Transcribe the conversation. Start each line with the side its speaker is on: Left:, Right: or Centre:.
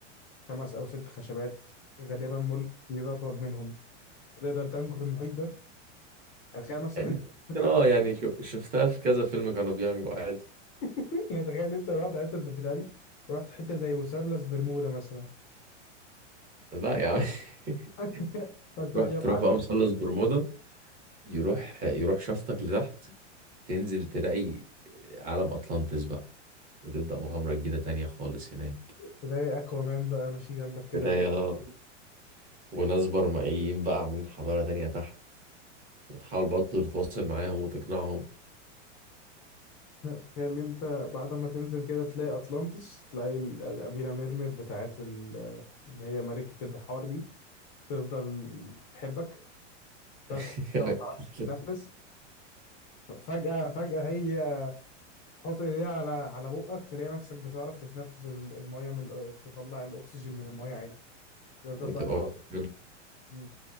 Left: خمس او ست خشبات غالبا مول كبير اطول منهم تقدر تنكو في المحيط ده يعني تخيل مثلا
Right: يعني
Left: إن انت في المركب
Right: ممكن اه يعني شو- شفتها في كذا فيلم كانوا بينجوا عادي
Left: <laughs> يعني تخيل انت رحت حته البتاع دي ورحت حته زي مثلث برمودا مثلا
Right: لا يا عم <laughs>
Left: <laughs> فانت
Right: تروح
Left: مش هتعجز
Right: تروح بقى مثلث برمودا يروح يروح شفطك لتحت تنزل تلاقي عالم أطلانتس بقى وتبدأ مغامرة جديدة تانية خالص هناك
Left: تلاقي اكوامان بقى ماشي جنبك كده
Right: تلاقي اه وناس برمائيين بقى عاملين حضارة تانية تحت وتحاول برضه تتواصل معاهم وتقنعهم
Left: تخيل انت بعد ما تنزل كده تلاقي اطلانتس تلاقي ال- الاميره ميرمير بتاعت ال- اللي هي ملكه البحار دي تفضل تحبك بس
Right: <laughs>
Left: انت ما بتعرفش تتنفس فجاه فجاه هي تحط ايديها على على بقك تلاقي نفسك بتعرف تتنفس ال- الميه من ال- تطلع الاكسجين من الميه عادي تفضل
Right: وتبقى
Left: بقى
Right: واخد منهم.
Left: تتعلم-